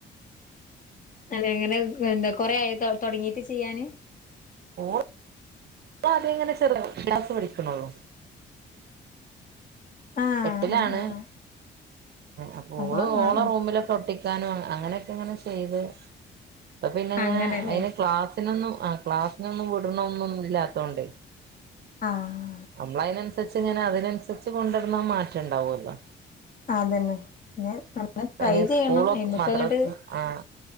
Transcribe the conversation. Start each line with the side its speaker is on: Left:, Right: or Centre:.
Left: അതങ്ങനെ കുറെയായോ തുടങ്ങീട്ട് ചെയ്യാന്
Right: ഓ അതങ്ങനെ ചെറുതായിട്ട് പഠികണുള്ളു
Left: ആഹ്
Right: എട്ടിലാണ്
Left: ആഹ് ആഹ്
Right: അപ്പ
Left: അപ്പൊ
Right: ഓള്
Left: ആഹ്
Right: ഓള
Left: ആഹ്
Right: റൂമിലൊട്ട അങ്ങനക്കെങ്ങനെ ചെയ്ത് അ പിന്നെ
Left: അങ്ങനെല്ലേ
Right: അയിന് ക്ലാസ്സ്‌ ഒന്നും ആ ക്ലാസ്സിനൊന്നും വിടണന്നൊന്നും ഇല്ലാത്തോണ്ടേ
Left: ആഹ
Right: നമ്മള അതിനനുസരിച്ച് ഇങ്ങനെ അതിനനുസരിച്ച് കൊണ്ടുനടന്ന മാറ്റ ഉണ്ടാവുമല്ലോ
Left: അതന്നെ പിന്നെ നമ്മള്
Right: പിന്നെ
Left: ട്രൈ ചെയ്യണം
Right: സ്കൂൾ
Left: അയ്മക്ക്
Right: മദ്രാസ്
Left: അങ്ങട്ട്
Right: ആ